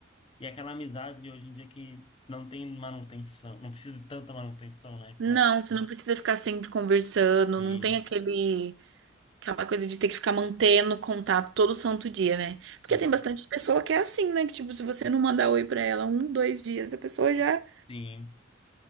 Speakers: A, on the left; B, on the right.
A: E aquela amizade de hoje em dia que não tem manutenção, não precisa de tanta manutenção, né?
B: Não,
A: Como a gente-
B: você não precisa ficar sempre conversando,
A: Sim,
B: não tem aquele Aquela coisa de ter que ficar mantendo contato todo santo dia, né?
A: sim,
B: Porque tem bastante pessoa que é assim, né? Que, tipo, se você não mandar oi pra ela um, dois dias, a pessoa já.
A: sim.